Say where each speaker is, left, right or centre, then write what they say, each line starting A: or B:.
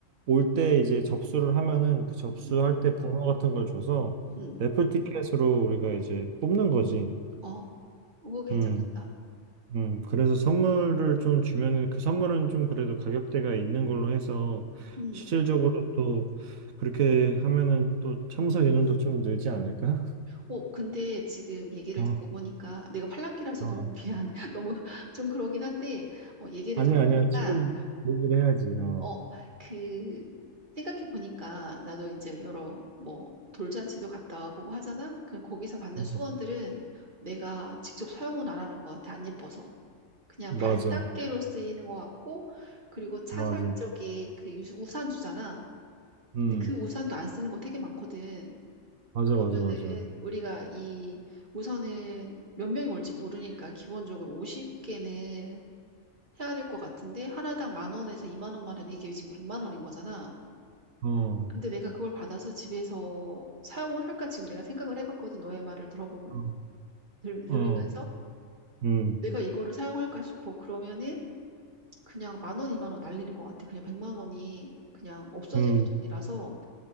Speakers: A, on the right; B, on the right.
A: 올 때 이제 접수를 하면은 그 접수할
B: 음
A: 때 번호 같은 걸 줘서
B: 음
A: 래플 티켓으로 우리가 이제 뽑는 거지.
B: 어, 그거 괜찮겠다.
A: 음, 음. 그래서 선물을 좀 주면은 그 선물은 좀 그래도 가격대가 있는 걸로 해서
B: 응.
A: 실질적으로 또 그렇게 하면은 또 참석 인원도 좀 늘지 않을까? <laughs>
B: 어, 근데 지금 얘기를
A: 어,
B: 듣고 보니까 내가 팔랑귀라서
A: 어.
B: 너무 미안. <laughs> 너무 좀 그러긴 한데, 어, 얘기를
A: 아니,
B: 들어보니까,
A: 아니야. 지금 얘기를 해야지. 어.
B: 어, 그, 생각해 보니까 나도 이제 여러 뭐 돌잔치도 갔다 와보고 하잖아? 그 거기서 받는
A: 음,
B: 수건들은 내가 직접 사용은 안 하는 것 같아. 안 예뻐서. 그냥
A: 맞아.
B: 발닦개로 쓰이는 것 같고, 그리고 차
A: 맞아.
B: 살 적에 그 유- 우산 주잖아.
A: 음,
B: 근데 그 우산도 안 쓰는 거 되게 많거든.
A: 맞아,
B: 그러면은
A: 맞아, 맞아.
B: 우리가 이 우선은 몇 명이 올지 모르니까 기본적으로 50개는 해야 될 것 같은데 하나당 만 원에서 2만 원만 해도 이게 지금 100만 원인 거잖아.
A: 어,
B: 근데 내가 그걸 받아서 집에서 사용을 할까 지금 내가 생각을 해봤거든. 너의 말을 들어본
A: 어,
B: 들, 들으면서
A: 어. 음,
B: 내가 이거를 사용할까 싶어. 그러면은 그냥 만 원, 2만 원 날리는 것 같아. 그냥 100만 원이 그냥 없어지는
A: 음,
B: 돈이라서